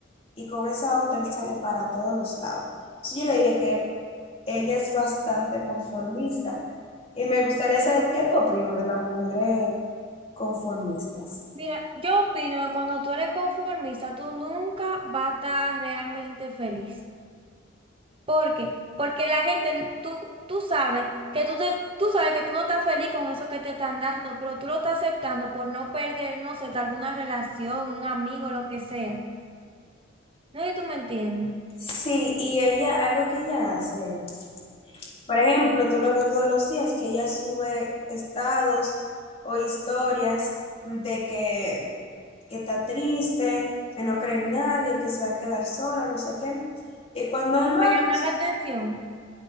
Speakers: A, on the left; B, on the right.
A: Y con esa otra él sale para todos los lados. Entonces yo le dije que ella es bastante conformista. Y me gustaría saber qué tú opinas de las mujeres conformistas.
B: Mira, yo opino que cuando tú eres conformista, tú nunca vas a estar realmente feliz. ¿Por qué? Porque la gente, tú, tú sabes que tú, te- tú sabes que tú no estás feliz con eso que te están dando, pero tú lo estás aceptando por no perder, no sé, tal vez una relación, un amigo, lo que sea. No sé si tú me entiendes.
A: Sí, y ella, algo que ella hace, por ejemplo, tú la ves todos los días, que ella sube estados o historias de que, que está triste, que no cree en nadie, que se va a quedar sola, no sé qué. Y cuando él va,
B: Para llamar
A: pues,
B: la atención.